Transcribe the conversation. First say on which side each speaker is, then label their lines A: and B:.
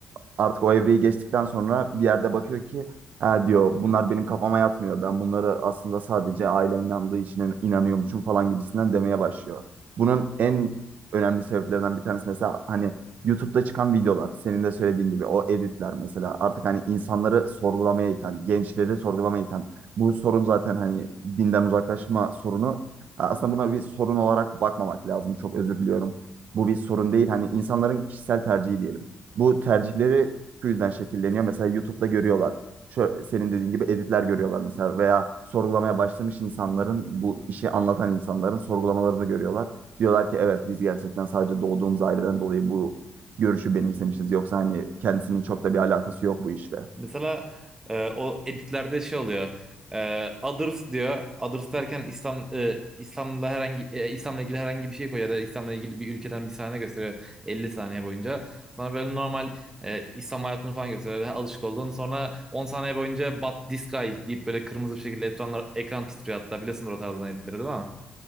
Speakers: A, on the right (about 60°); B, on the right (about 20°).
A: artık o evreyi geçtikten sonra bir yerde bakıyor ki ha diyor bunlar benim kafama yatmıyor. Ben bunları aslında sadece ailem inandığı için in- inanıyormuşum falan gibisinden demeye başlıyor. Bunun en önemli sebeplerinden bir tanesi mesela hani YouTube'da çıkan videolar senin de söylediğin gibi o editler mesela artık hani insanları sorgulamaya iten, gençleri sorgulamaya iten bu sorun zaten hani dinden uzaklaşma sorunu aslında buna bir sorun olarak bakmamak lazım. Çok özür diliyorum. Bu bir sorun değil. Hani insanların kişisel tercihi diyelim. Bu tercihleri şu yüzden şekilleniyor. Mesela YouTube'da görüyorlar. Şu, senin dediğin gibi editler görüyorlar mesela veya sorgulamaya başlamış insanların bu işi anlatan insanların sorgulamalarını görüyorlar. Diyorlar ki evet biz gerçekten sadece doğduğumuz aileden dolayı bu görüşü benimsemişiz. Yoksa hani kendisinin çok da bir alakası yok bu işle.
B: Mesela e, o editlerde şey oluyor. E, others diyor. Others derken İslam e, İslam'la herhangi e, İslam'la ilgili herhangi bir şey koyuyor ya da İslam'la ilgili bir ülkeden bir sahne gösteriyor 50 saniye boyunca. Sana böyle normal e, İslam hayatını falan gösteriyor. Daha alışık olduğun. Sonra 10 saniye boyunca But this guy deyip böyle kırmızı bir şekilde ekranlar ekran titriyor hatta. Biliyorsundur o tarzdan editleri değil mi?